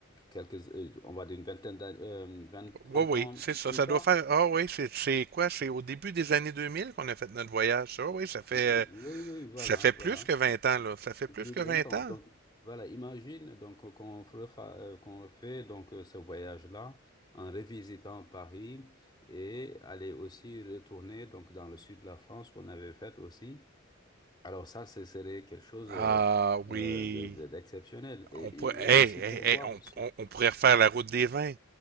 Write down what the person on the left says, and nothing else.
quelques, euh, on va dire une vingtaine d'années, euh, 20, 30
ans
plus
tard.
Oui,
oui, voilà,
voilà.
Plus
de
20 ans.
Donc, voilà, imagine donc euh, qu'on refa- euh, qu'on refait donc euh, ce voyage-là en revisitant Paris et aller aussi retourner donc dans le sud de la France qu'on avait fait aussi. Alors ça, ce serait quelque chose
euh,
euh, de- de- d'exceptionnel et,
et,
et
aussi
prévoir.
sur-